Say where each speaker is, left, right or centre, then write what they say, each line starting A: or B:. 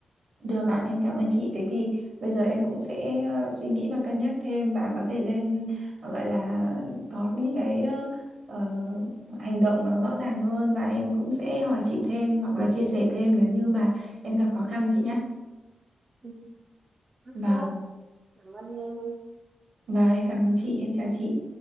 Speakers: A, on the right; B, on the right.
A: được ạ em cảm ơn chị thế thì bây giờ em cũng sẽ ờ, suy nghĩ và cân nhắc thêm và có thể lên ờ, gọi là có những cái ờ, ờ, hành động nó rõ ràng hơn và em cũng sẽ hỏi chị thêm hoặc là chia sẻ thêm nếu như mà em gặp khó khăn chị nhé
B: Ừ, rất
A: vâng
B: tốt cảm ơn em
A: và em cảm ơn chị em chào chị